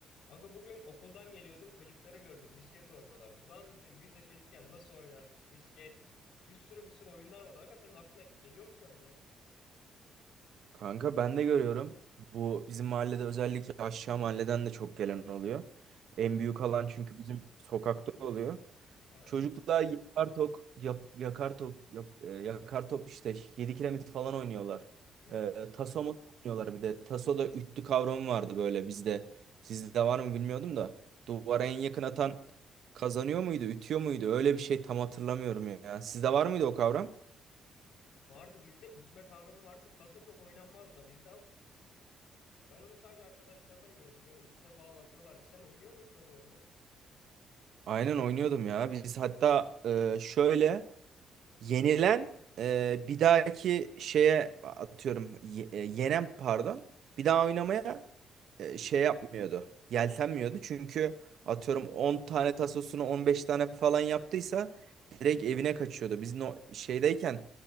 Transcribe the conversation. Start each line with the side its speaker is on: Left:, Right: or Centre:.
Left: Aga bugün okuldan geliyordum çocukları gördüm misket oynuyorlar. Ulan dedim biz de çocukken nasıl oynardık misket. Bir sürü bir sürü oyunlar vardı. Aga senin aklına geliyor mu şu an ya?
Right: Kanka ben de görüyorum. Bu bizim mahallede özellikle aşağı mahalleden de çok gelen oluyor. En
Left: Hmm,
Right: büyük alan çünkü bizim sokakta oluyor.
Left: Evet.
Right: Çocuklar yakar tok, yap- yakar tok, yap- e, yakar top işte 7 kiremit falan oynuyorlar.
Left: Hmm.
Right: E, taso masa oynuyorlar bir de. Taso'da üttü kavramı vardı böyle bizde. Sizde var mı bilmiyordum da. Duvara en yakın atan kazanıyor muydu, ütüyor muydu? Öyle bir şey tam hatırlamıyorum ya. Sizde var mıydı o kavram?
Left: Vardı bizde ütme kavramı vardı. Taso çok oynanmazdı. Bizde ben onu sadece arkadaşlardan görüyordum. Böyle üstüne falan atıyorlardı. Sen oynuyor muydun aga onu?
Right: Aynen oynuyordum ya. Biz hatta e, şöyle Yenilen e, bir dahaki şeye atıyorum ye- e, yenen pardon bir daha oynamaya e, şey yapmıyordu. Yeltenmiyordu çünkü
Left: Hı?
Right: atıyorum 10 tane tasosunu 15 tane falan yaptıysa direkt evine kaçıyordu. Biz no şeydeyken